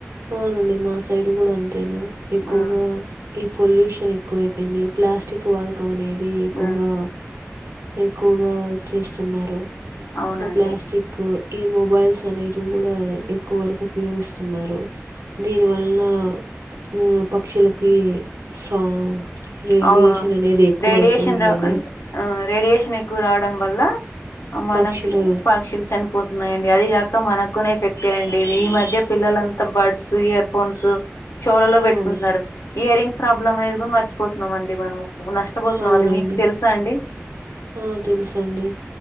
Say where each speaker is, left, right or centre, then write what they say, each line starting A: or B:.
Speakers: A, on the right; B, on the left.
A: అవునండి మా సైడ్ కూడా అంతేనే ఎక్కువుగా
B: ఆ
A: ఈ పొల్యూషన్ ఎక్కువైపోయింది ప్లాస్టిక్ వాడకం అనేది ఎక్కువగా
B: ఆ
A: ఎక్కువగా చేస్తున్నారు
B: అవునండి
A: ఆ ప్లాస్టి క్ ఈ మొబైల్స్ అనేవి కూడా ఎక్కువ వరకు ఉపయోగిస్తున్నారు దీని వల్లన ఉ పక్షులకి సాంగ్ రేడియేషన్
B: అవును
A: అనేది ఎక్కువ
B: రేడియేషన్
A: అయిపోయిందనే
B: రా ఆ రేడియేషన్ ఎక్కువ రావడం వల్ల మనకి
A: పక్షులు
B: పక్షులు చని పోతున్నాయండి అది కాక మనకు కూడానే ఎఫెక్టే అండి ఈ మధ్య పిల్లలంతా బడ్స్ ఇయర్ ఫోన్స్ చెవులలో పెట్టుకుంటున్నారు
A: అవును
B: ఇయర్ రింగ్ ప్రాబ్లమ్ అనేది కూడా మర్చిపోతున్నాం అండి మనము నష్ పోతున్నాం
A: అవునండి
B: అది మీకు తెలుసా అండి
A: ఆ తెలుసండి